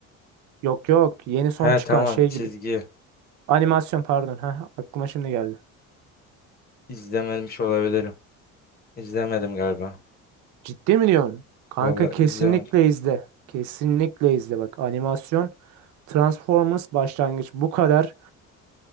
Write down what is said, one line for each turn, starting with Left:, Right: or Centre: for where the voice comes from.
Right: Yok yok yeni son
Left: He
Right: çıkan
Left: tamam
Right: şey
Left: çizgi.
Right: gibi. Animasyon pardon. Ha, aklıma şimdi geldi.
Left: İzlememiş olabilirim. İzlemedim galiba.
Right: Ciddi mi diyorsun? Kanka
Left: Vallahi
Right: kesinlikle
Left: izlemedim.
Right: izle. Kesinlikle izle. Bak animasyon Transformers başlangıç bu kadar.